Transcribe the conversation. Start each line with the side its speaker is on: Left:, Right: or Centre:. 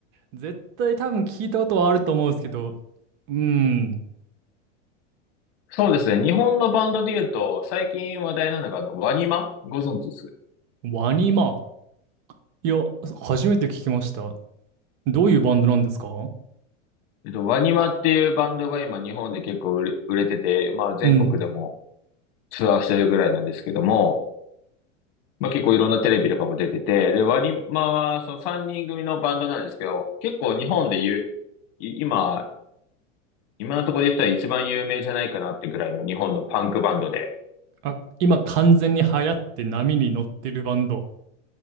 Right: 絶対多分聞いたことはあると思うんですけど、うーん、
Left: そうですね。日本のバンドで言うと、最近話題なのが、あの、ワニマご存知です。
Right: ワニマ。いや、初めて聞きました。どういうバンドなんですか
Left: えっと、ワニマっていうバンドが今日本で結構売れ、売れてて、まあ全国でも
Right: うん。
Left: ツアーしてるぐらいなんですけども、まあ、結構いろんなテレビとかも出てて、で、ワニマはその3人組のバンドなんですけど、結構日本で言う、い今、今のところで言ったら一番有名じゃないかなってぐらいの日本のパンクバンドで。
Right: あ、今完全に流行って波に乗ってるバンド。